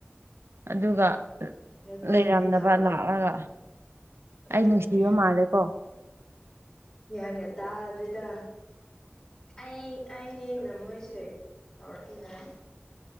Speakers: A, on the right; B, on the left.
A: ꯑꯗꯨꯒ
B: ꯑꯩꯈꯣꯏꯗꯗꯤ
A: ꯂꯩꯔꯝꯗꯕ
B: ꯇꯧꯔꯛꯇꯦ
A: ꯂꯥꯛꯔꯒ
B: ꯑꯗꯨꯅꯦ
A: ꯑꯩ ꯅꯨꯡꯁꯤꯕ ꯃꯥꯜꯂꯦꯀꯣ
B: ꯒ꯭ꯌꯥꯟꯒ ꯇꯥꯗ꯭ꯔꯦꯗ ꯑꯩ ꯑꯩꯅꯤꯅ ꯃꯣꯏꯁꯦ ꯇꯧꯔꯛꯄ ꯌꯥꯏ